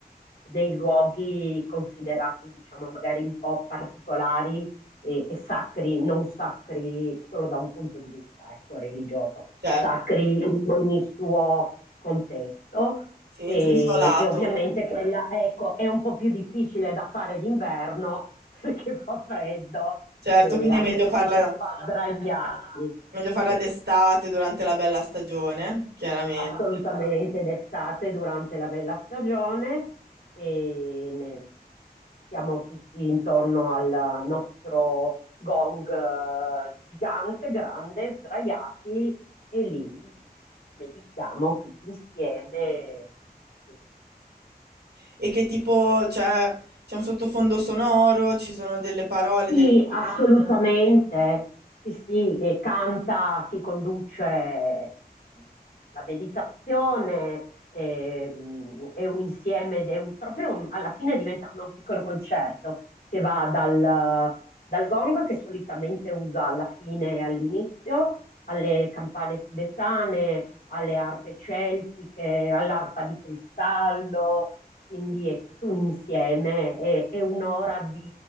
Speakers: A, on the left; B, on the right.
A: nei luoghi considerati, diciamo, magari un po' particolari e, e sacri, non sacri solo da un punto di vista, ecco, religioso,
B: Certo,
A: sacri in ogni suo contesto.
B: sì, in
A: E,
B: senso lato.
A: e ovviamente Addirittura. quella, ecco, è un po' più difficile da fare d'inverno <laughs> perché fa freddo,
B: Certo,
A: eh,
B: quindi
A: anche
B: è meglio
A: perché
B: farla,
A: si fa sdraiarsi.
B: meglio farla
A: Sì,
B: d'estate, durante la bella stagione, chiaramente.
A: assolutamente d'estate durante la bella stagione e ne- siamo tutti intorno al nostro gong eh, gigante, grande, sdraiati e lì meditiamo tutti insieme. E
B: E che tipo, cioè, c'è un sottofondo sonoro, ci sono delle parole,
A: Sì,
B: delle...
A: Canta. assolutamente. Sì, sì, e canta chi conduce la meditazione, ehm, è un insieme, ed è un- proprio un- alla fine diventa come un piccolo concerto che va dal, dal gong che solitamente usa alla fine e all'inizio, alle campane tibetane, alle arpe celtiche, all'arpa di cristallo, quindi è tutto un insieme, è, è un'ora